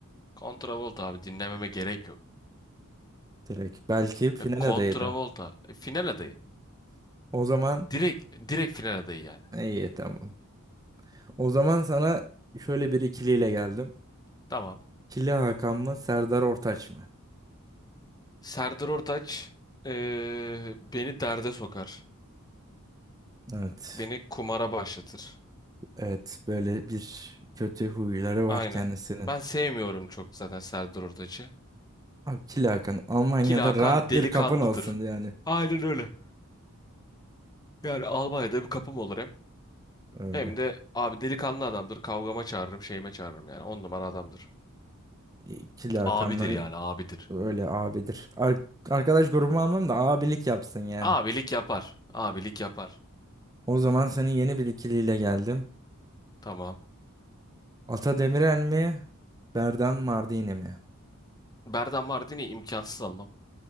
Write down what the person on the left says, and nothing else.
Kontravolta abi dinlememe gerek yok.
Ya Contravolta
e, final adayı.
Direkt direkt final adayı yani.
Tamam.
Serdar Ortaç e, beni derde sokar.
Beni kumara başlatır.
Aynen.
Ben sevmiyorum çok zaten Serdar Ortaç'ı.
Ki Hakan
delikanlıdır.
Aynen öyle. Yani Almanya'da bir kapım olur hem.
Hem de abi delikanlı adamdır. Kavgama çağırırım, şeyime çağırırım yani. On numara adamdır.
Abidir yani abidir.
Abilik yapar. Abilik yapar.
Tamam.
Berdan Mardini imkansız almam.